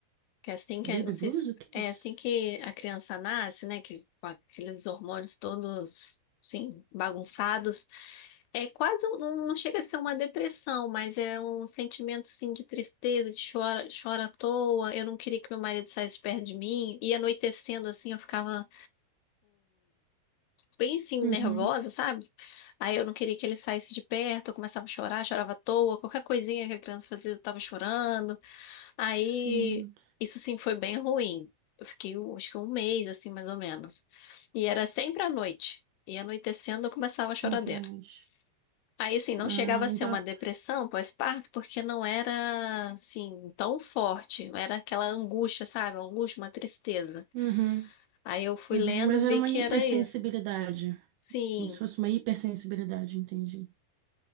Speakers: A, on the left; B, on the right.
A: que é assim que,
B: Baby
A: é, não sei
B: blues?
A: se
B: O que
A: é
B: é isso?
A: assim que a criança nasce, né, que com aqueles hormônios todos, assim, bagunçados. É quase, um- não, não chega a ser uma depressão, mas é um sentimento, assim, de tristeza, de chora, chora à toa. Eu não queria que meu marido saísse perto de mim. E anoitecendo, assim, eu ficava bem assim, nervosa,
B: Uhum.
A: sabe? Aí eu não queria que ele saísse de perto, eu começava a chorar, chorava à toa, qualquer coisinha que a criança fazia, eu tava chorando. Aí
B: Sim,
A: isso sim foi bem ruim. Eu fiquei, um- acho que um mês, assim, mais ou menos. E era sempre à noite. E anoitecendo eu começava
B: sempre
A: a choradeira.
B: à noite.
A: Aí, assim, não
B: Ah,
A: chegava a ser
B: então.
A: uma depressão pós-parto, porque não era, assim, tão forte. Não era aquela angústia, sabe? Uma angústia, uma tristeza.
B: Uhum,
A: Aí eu fui
B: uhum.
A: lendo,
B: Mas
A: vi
B: era uma
A: que
B: hipersensibilidade.
A: era isso. Sim.
B: Como se fosse uma hipersensibilidade, entendi.